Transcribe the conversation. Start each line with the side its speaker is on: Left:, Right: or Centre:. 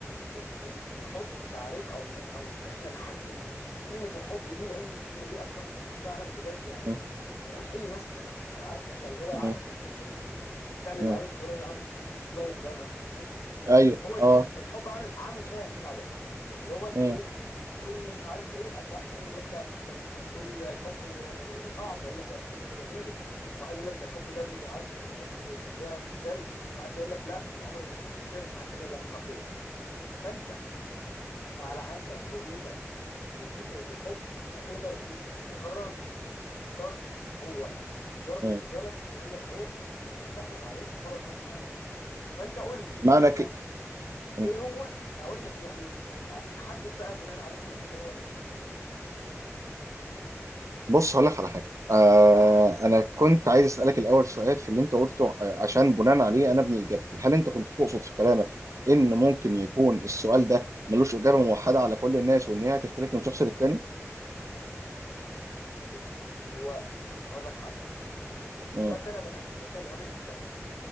Left: ن- ن- نحط تعريف او ن- او ان احنا نحجم كلمة الحب دي لان الكلمة دي اصلا فعلا بجد يعني
Right: م-
Left: ملهاش اي ماسكة يعني عارف انت اللي هو عارف
Right: م-
Left: ال ال ال بتاع اللي
Right: م-
Left: على السوري اللي عارف اسمه اسمه سلايم ده ولا مش عارف اسمه ايه
Right: ايوه
Left: هو الحب
Right: اه
Left: الحب عامل عامل شبه البتاع ده اللي هو انت
Right: مم.
Left: ايه هتقول لي مش عارف ايه هتلاقي واحد تاني يقول لك لا مش كذا هتقول الحب آه، صعب يقول لك لا ده الحب ده جميل واحد يقول لك ده الحب ده بيعذب الناس وبيخليها تتذل واحد يقول لك لا ده انا عمري ما شفت خير في حياتي غير لما حبيت فانت على حسب رؤيتك لفكرة الحب هتقدر ان انت تقرر وتختار هو اختيار بالنسبة
Right: مم.
Left: لك ولا شعور استحوذ عليك وفرض نفسه عليك فانت قول لي
Right: ما انا
Left: الحب
Right: ك... مم.
Left: ايه هو اقول يعني احدد بقى بناء عليه هو اختيار ولا شعور
Right: بص هقول لك على حاجه آه انا كنت عايز اسالك الاول سؤال في اللي انت قلته آه، عشان بناء عليه انا ابني اجابتي هل انت كنت تقصد في كلامك ان ممكن يكون السؤال ده ملوش اجابه موحده على كل الناس وان هي هتختلف من شخص للتاني
Left: بص هو هقول لك حاجه
Right: مم.
Left: الوقت انا بنا... مثلا لو انا انسان